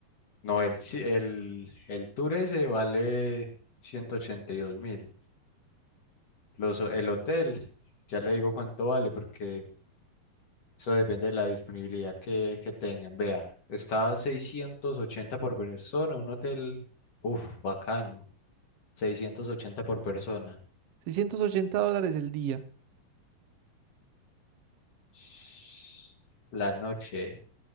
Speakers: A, on the left; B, on the right.
A: No, el, si, el, el tour ese vale ciento ochenta y dos mil. Los, ho- el hotel, ya le digo cuánto vale porque Eso depende de la disponibilidad que, que tengan. Vea, está a 680 por persona, un hotel, uff, bacano. 680 por persona.
B: seiscientos ochenta dólares el día.
A: Sh- La noche.